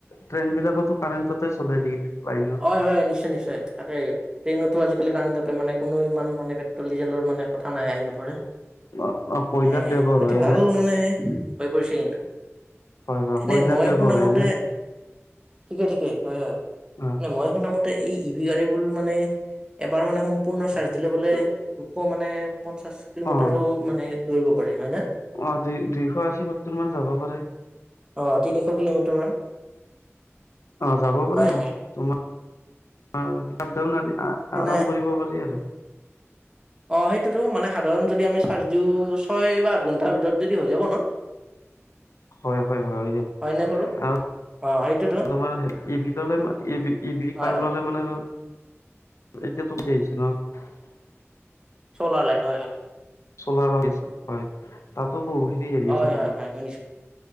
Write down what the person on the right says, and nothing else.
হয়, হয়, হয়। নিশ্চয়, নিশ্চয় তাকে ট্ৰেইনত তটো আজিকালি কাৰেণ্টতে মানে কোনো ইমান মানে পেট্ৰল ডিজেলৰ মানে কথা নাই আহি নপৰে
এ
অতি
ভাল
মানে হৈ পৰিছে কিন্তু।
এনে
মই
শুনামতে
ঠিকে ঠিকে হয় হয়।
নে মই শুনা মতে এই ই ভি গাড়ীবোৰ মানে এবাৰ মানে সম্পূৰ্ণ চাৰ্জ দিলে বোলে দুশ মানে পঞ্চাশ কিলোমিটাৰো
মানে দৌৰিব পাৰি হয় নে?
অ', তিনিশ কিলোমিটাৰ মান
অ'।
মানে
অ', সেইটোতো মানে সাধাৰণ যদি আমি চাৰ্জ দিওঁ ছয় বা আঠ ঘণ্টাৰ ভিতৰত যদি হৈ যাব ন।
হয় নাই বাৰু
অ সেইটোতো
হয়
হয়
চোলাৰ লাইট হয় হয়।
হয়
হয় হয় শুনিছো